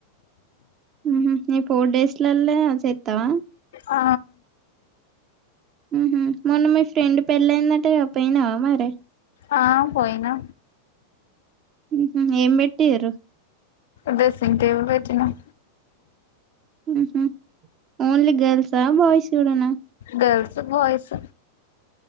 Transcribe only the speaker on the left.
ఆ
ఆ పోయినా
డ్రెస్సింగ్ టేబుల్ పెట్టినం
గల్స్ బాయస్